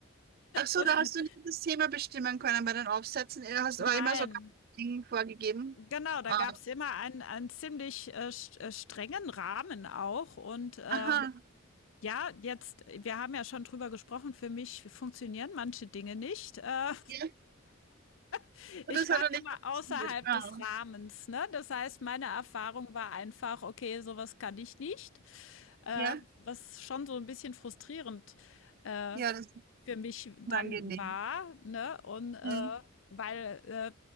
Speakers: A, on the right; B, on the left.
A: Ach so,
B: Und
A: da hast du nicht das Thema bestimmen können bei den Aufsätzen. Du hast
B: nein,
A: aber immer so ganz Ding vorgegeben.
B: Genau, da
A: Ah.
B: gab es immer einen, einen ziemlich äh, st- äh, strengen Rahmen auch. Und ähm,
A: Aha.
B: ja, jetzt, wir haben ja schon drüber gesprochen, für mich funktionieren manche Dinge nicht. Äh,
A: Ja.
B: <laughs>
A: Und
B: ich
A: das
B: war
A: hat doch nicht
B: immer
A: funktioniert.
B: außerhalb
A: Ah.
B: des Rahmens, ne? Das heißt, meine Erfahrung war einfach, okay, sowas kann ich nicht. Äh,
A: Ja.
B: was schon so ein bisschen frustrierend äh,
A: Ja, das ist
B: für mich dann
A: unangenehm.
B: war, ne? Und äh,
A: Mhm.
B: weil äh,